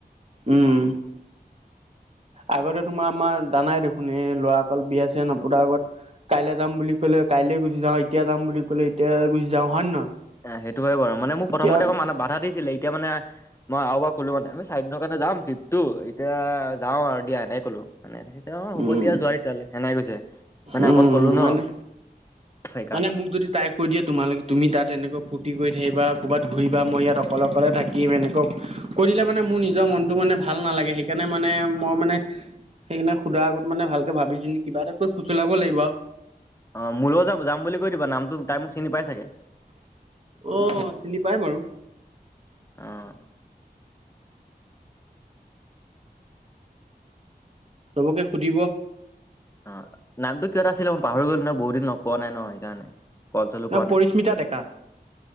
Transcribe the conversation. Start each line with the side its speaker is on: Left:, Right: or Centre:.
Right: উম আগতে তোমাৰ আমাৰ জানাই দেখোন এই ল'ৰা সকল বিয়া চিয়া নপতা আগত কাইলে যাম বুলি ক'লে কাইলে গুচি যাওঁ এতিয়া যাম বুলি কলে এতিয়া গুচি যাওঁ হয় নে নহয়
Left: অ সেইটো হয় বাৰু মানে মোক
Right: এতিয়া
Left: প্ৰথমতে মানা বাধা দিছিলে এতিয়া মানে মই আৰু এবাৰ ক'লো মানে আমি চাৰিদিনৰ কাৰণে যাম ট্ৰিপটো এতিয়া যাওঁ আৰু দিয়া এনেকে ক'লো মানে অ হ'ব
Right: উম
Left: দিয়া যোৱা তেতিয়া হলে সেনাকে কৈছে মানে
Right: উম
Left: অকণ কলো ন
Right: মানে
Left: সেইকাৰণে
Right: মানে মোক যদি তাই কৈ দিয়ে তোমালোকে তুমি তাত এনেকৈ ফূৰ্তি কৰি থাকিবা ক'ৰবাত ঘূৰিবা মই ইয়াত অকলে অকলে থাকিম এনে-ক কৈ দিলে মানে মোৰ নিজৰ মনটো মানে ভাল নালাগে সেইকাৰণে মানে মই মানে সেইকাৰণে সুধা আগত মানে ভালকে ভাবি চিন্তি কিবা এটা কৰি ফুচলাব লাগিব আউ
Left: অ মোৰ লগত যাম যাম বুলি কৈ দিবা নামটো তাই মোক চিনি পাই চাগে
Right: অ চিনি পায় বাৰু
Left: অহঁ
Right: চবকে সুধিব
Left: অ নামটো কিবাতা আছিল মই পাহৰি গল নহয় বহুত দিন লগ পোৱা নাই ন সেইকাৰণে ক'ল চলো
Right: ন
Left: কৰা
Right: পৰিস্মিতা
Left: নাই
Right: ডেকা